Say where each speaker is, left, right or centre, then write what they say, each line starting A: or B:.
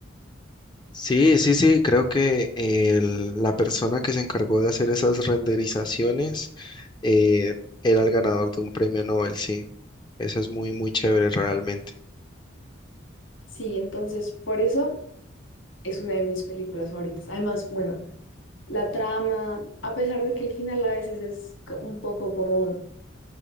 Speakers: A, on the left; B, on the left.
A: Sí, sí, sí, creo que el- la persona que se encargó de hacer esas renderizaciones eh, era el ganador de un premio Nobel, sí. Eso es muy, muy chévere realmente.
B: Sí, entonces por eso es una de mis películas favoritas. Además, bueno, la trama, a pesar de que el final a veces es co- un poco como,